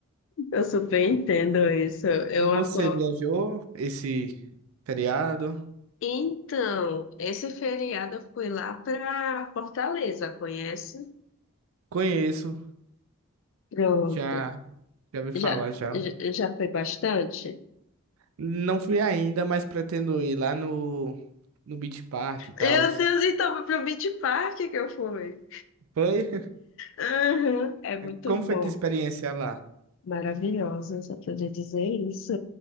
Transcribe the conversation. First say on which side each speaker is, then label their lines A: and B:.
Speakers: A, on the left (about 60°); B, on the right (about 70°).
A: Eu super entendo isso. Eu
B: E você
A: atu...
B: viajou esse feriado?
A: Então, esse feriado eu fui lá para Fortaleza, conhece?
B: Conheço.
A: Pronto.
B: Já, já ouvi falar
A: Já,
B: já.
A: já já foi bastante?
B: Não fui ainda, mas pretendo ir lá no, no Beach Park e tal.
A: Meu Deus, então foi pro Beach Park que eu fui.
B: Foi? <laughs>
A: Aham, é muito
B: Como
A: bom.
B: foi tua experiência lá?
A: Maravilhosa, só poder dizer isso.